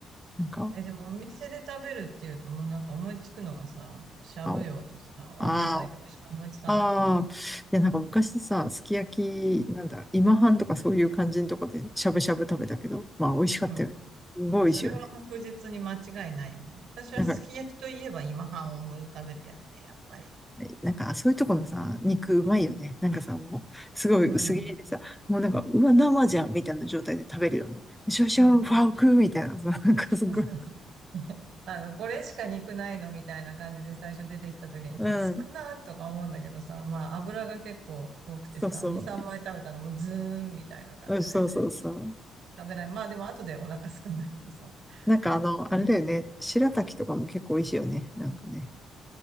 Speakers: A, in the centre; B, on the right.
A: なんか、
B: え、でもお店で食べるっていうともうなんか思いつくのがさ、しゃぶ葉とさ、
A: あお、
B: 温野菜とかしか思いつかないよ。
A: あーあー、いやなんか昔さ、すき焼き、なんだ、今半とかそういう感じのとこでしゃぶしゃぶ食べたけど、まあ美味しかったよね。
B: う
A: すごい美味しいよね。
B: ん。それは確実に間違いないよね。私はすき焼きといえば今半を思い浮かべるけどね、
A: なんか、
B: やっぱり。
A: えなんかそういうとこのさ、肉うまいよね。なんかさ、もう、すごい薄切りでさ、
B: うん。
A: もうなんか、うわ、生じゃんみたいな状態で食べるよね。シャシャ、
B: うん。
A: ファークみたいなさ、なんかすごい。
B: <laughs> あの、これしか肉ないのみたいな感じで最初出てきた時にさ、
A: うん。
B: 少なーとか思うんだけどさ、まあ油が結構多くてさ、
A: そうそう。
B: 2、3枚食べたらもうズーンみたいな感じで
A: うんそうそうそう。
B: 食べない。まあでも後でお腹すくんだけどさ、
A: なんかあの、
B: なんか
A: あれだよね。白滝とかも結構美味しいよね。なんかね。